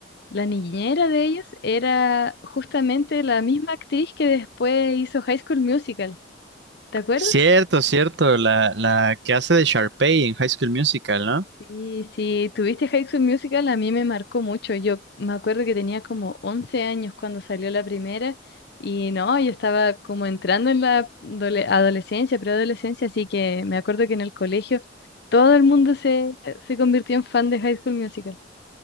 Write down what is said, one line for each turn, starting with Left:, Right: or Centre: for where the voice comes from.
Left: La niñera de ellos era justamente la misma actriz que después hizo High School Musical, ¿te acuerdas?
Right: Cierto, cierto, la, la que hace de Sharpay en High School Musical, ¿no?
Left: Sí, sí, tuviste High School Musical, a mí me marcó mucho. Yo me acuerdo que tenía como 11 años cuando salió la primera y no, yo estaba como entrando en la adole- adolescencia, preadolescencia, así que me acuerdo que en el colegio todo el mundo se, se convirtió en fan de High School Musical.